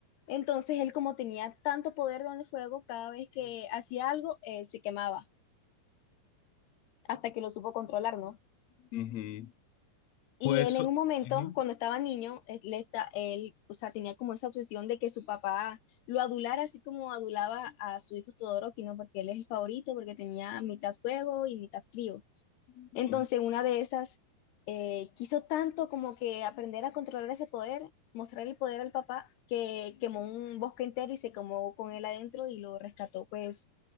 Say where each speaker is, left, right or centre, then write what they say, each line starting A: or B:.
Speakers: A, on the left; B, on the left.
A: Entonces él como tenía tanto poder con el fuego, cada vez que hacía algo, él se quemaba, hasta que lo supo controlar, ¿no?
B: Ujú.
A: Y
B: Pues...
A: él en
B: ujú.
A: un momento, cuando estaba niño, él, le esta- él, o sea, tenía como esa obsesión de que su papá lo adulara, así como adulaba a su hijo Todoroki, ¿no? Porque él es el favorito, porque tenía mitad fuego y mitad frío.
B: Ujú,
A: Entonces, una de esas, eh, quiso tanto como que aprender a controlar ese poder, mostrar el poder al papá, que quemó un bosque entero y se quemó con él adentro y lo rescató, pues,